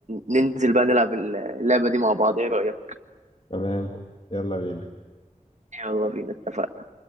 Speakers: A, on the right; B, on the left.
A: ننزل بقى نلعب اللعبة دي مع بعض ايه رأيك
B: تمام يلا بينا
A: يلا بينا اتفقنا